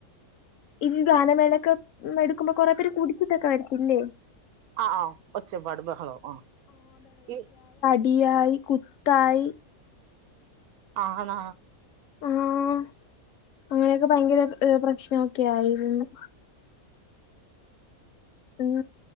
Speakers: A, on the left; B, on the right.
A: ഈ ഗാനമേളയൊക്കെ എടുക്കുമ്പോ കൊറെ പേരെ കുടിച്ചിട്ട് ഒക്കെ വരത്തില്ലേ.
B: ആഹ് ആഹ് ഒച്ചപ്പാടും ബഹളോ ആഹ് ഈ.
A: ഇടിയായി കുത്തായി.
B: ആണോ?
A: ആഹ് അങ്ങനെയൊക്കെ ഭയങ്കര ഏഹ് പ്രശ്നം ഒക്കെ ആയിരുന്നു. ഉം